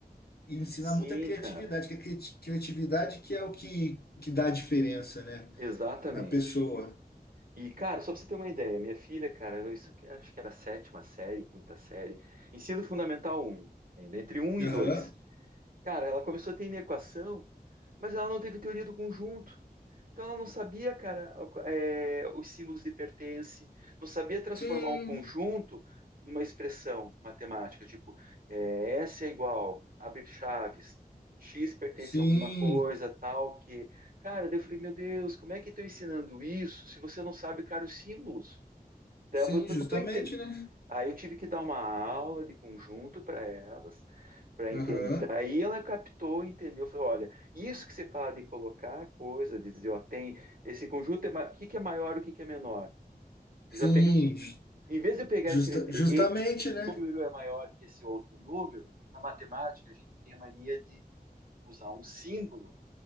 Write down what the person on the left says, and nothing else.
e ensinar
muita criatividade,
que a criati- criatividade que é o que, que dá a diferença, né,
na pessoa.
Aham.
Sim,
sim,
sim,
justamente,
né?
Aham.
Sim,
ju-
justa,
justamente,
né?